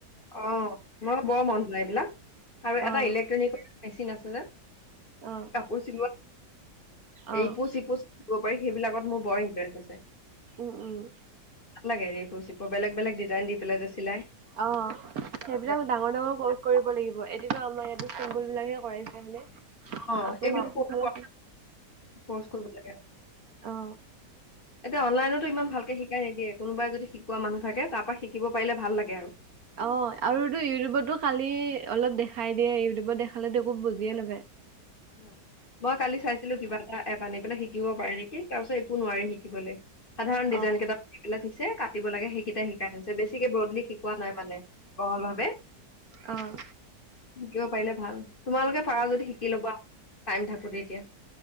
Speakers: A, on the left; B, on the right.
A: অ মই বৰ মন যায় এইবিলাক আৰু
B: অ',
A: এটা ইলেক্ট্ৰনিকৰ মেচিন আছে যে
B: অ',
A: কাপোৰ চিলোৱা
B: অ',
A: এ ইপুচ হিপুচ পাৰি সেইবিলাকত মোৰ বৰ ইণ্টাৰেষ্ট আছে।
B: উম উম
A: ভাল লাগে ৰিপু চিপু বেলেগ বেলে ডিজাইন দি পেলাই যে চিলাই।
B: অ সেইবিলাক ডাঙৰ ডাঙৰ কচ কৰিব। লাগিব, এতিয়া টো আমাৰ ইয়াতো চিম্পল বিলাকহে কৰাইছে হয় নে?
A: অ',
B: আপোনাৰ
A: এইবিলাক
B: সফাল
A: ক'ৰ্চ কৰা- ক'ৰ্চ কৰিব লাগে
B: অ।
A: এতিয়া অনলাইনতো ইমান ভালকে শিকাই নিদিয়ে কোনোবাই যদি শিকোৱা মানুহ থাকে তাৰপ পৰা শিকিব পাৰিলে ভাল লাগে আৰু
B: অ', আৰুতো ইউটিউবতো খালি অলপ দেখাই দিয়ে ইউটিউবত দেখালে একো বুজিয়ে নাপায়।
A: উ মই কালি চাইছিলো কিবা এটা এপ আনি পেলাই শিকিব পাৰি নেকি তাৰ পিছত একো নোৱাৰি শিকিবলৈ সাধাৰণ ডিজাইন
B: অ',
A: কেইটা লাইঠ দিছে কাটিব লাগে সেইকেইটা শিকাই বেছিকে ব্ৰডলি শিকোৱা নাই মানে বহল ভাৱে
B: অ',
A: শিকিব পাৰিলে ভাল তোমালোকে পাৰা যদি শিকি লবা টাইম থাকোতে এতিয়া।